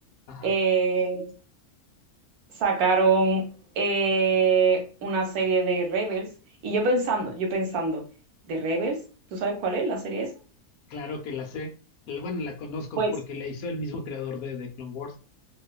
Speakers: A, on the left; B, on the right.
A: Ajá,
B: eh, sacaron eh, una serie de Rebels. Y yo pensando, yo pensando, ¿de Rebels? ¿Tú sabes cuál es la serie esa?
A: claro que la sé. El- Bueno, la conozco
B: Pues
A: porque la hizo el mismo creador de, de Clone Wars.